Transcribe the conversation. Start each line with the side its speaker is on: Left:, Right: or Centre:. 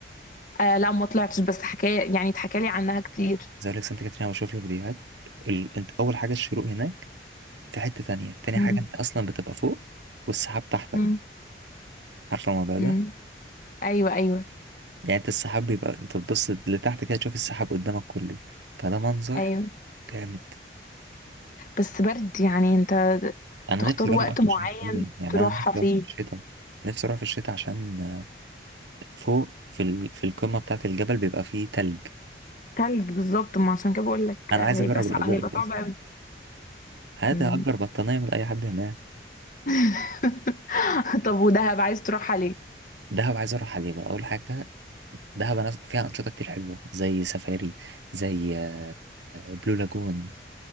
Left: آه لا ما طلعتش بس حكاية يعني اتحكى لي عنها كتير
Right: زي اقول لك سانتا كاترين أنا بشوف له فيديوهات ال... انت اول حاجه الشروق هناك في حته تانية تاني
Left: مم.
Right: حاجه انت اصلا بتبقى فوق والسحاب تحتك
Left: مم.
Right: عارفه الموضوع ده
Left: مم. ايوه ايوه
Right: يعني انت السحاب بيبقى انت تبص لتحت كده تشوف السحاب قدامك كله فده منظر
Left: ايوه
Right: جامد
Left: بس برد يعني انت
Right: انا
Left: تختار
Right: نفسي اروح
Left: وقت
Right: اصلا
Left: معين
Right: عشان كده. يعني
Left: تروحها
Right: انا نفسي
Left: فيه
Right: اروح في الشتاء نفسي اروح في الشتاء عشان آه، فوق في ال... في القمه بتاعه الجبل بيبقى فيه تلج
Left: تلج بالظبط ما عشان كده بقول لك
Right: انا
Left: آه،
Right: عايز
Left: هيبقى
Right: اجرب
Left: صعب
Right: الاجواء
Left: هيبقى
Right: دي
Left: صعب
Right: اصلا
Left: قوي
Right: عادي
Left: مم.
Right: هأجر بطانيه من اي حد هناك
Left: <laughs> طب ودهب عايز تروحها ليه؟
Right: دهب عايز اروحها ليه بقى اول حاجه دهب أنا فيها انشطه كتير حلوه زي سفاري زي آه، آه، بلو لاجون